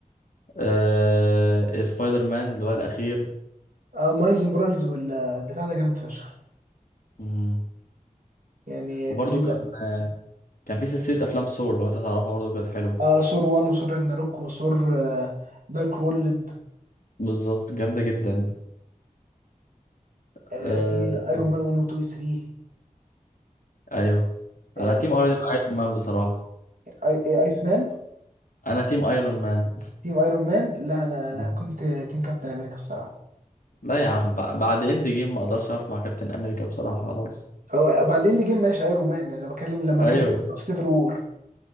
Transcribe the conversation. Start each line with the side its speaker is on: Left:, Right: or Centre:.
Left: أه... سبايدر مان اللي هو الأخير
Right: اه مايلز مورالز والبتاع ده جامد فشخ
Left: مم.
Right: يعني
Left: وبرضه
Right: في بقى
Left: كان آه، كان في سلسلة أفلام سور لو أنت تعرفها برضه كانت حلوة
Right: اه ثور 1 وثور راجناروك وثور آه دارك وورلد
Left: بالظبط جامدة جدا
Right: آه
Left: أه...
Right: في ايرون مان 1 و 2 و 3
Left: أيوه
Right: آه
Left: أنا تيم أيرون مان بصراحة
Right: اي ايس مان
Left: أنا تيم أيرون مان
Right: تيم ايرون مان لا انا انا
Left: مم.
Right: كنت تيم كابتن امريكا الصراحة
Left: لا يا عم ب- بعد اند جيم ما أقدرش أقف مع كابتن أمريكا بصراحة خلاص
Right: هو بعدين نجيب ماشي ايرون مان انا بتكلم لما
Left: أيوه
Right: كان في في سيفل وور